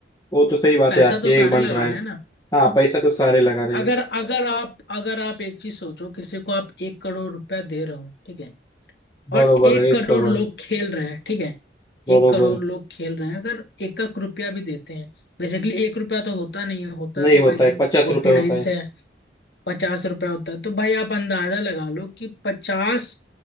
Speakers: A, on the left; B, on the left.
A: वो तो सही बात
B: पैसा
A: है आपकी
B: तो
A: एक
B: सारे
A: बन
B: लगा
A: रहा है
B: रहे हैं ना
A: हाँ पैसा तो सारे लगा रहे
B: अगर
A: हैं
B: अगर आप अगर आप एक चीज सोचो किसी को आप एक करोड़ रुपया दे रहे हो ठीक है और
A: बरोबर
B: एक
A: है, एक
B: करोड़
A: करोड़
B: लोग खेल रहे हैं ठीक है
A: बरोबर
B: एक करोड़ लोग खेल रहे हैं अगर एक एक रुपया भी देते हैं बेसिकली एक रुपया तो होता नहीं है होता
A: नहीं
B: तो
A: होता
B: आई
A: है
B: थिंक
A: पचास
B: फोर्टी
A: रुपए होता
B: नाइन
A: है
B: से है पचास रुपया होता है तो भाई आप अंदाजा लगा लो कि पचास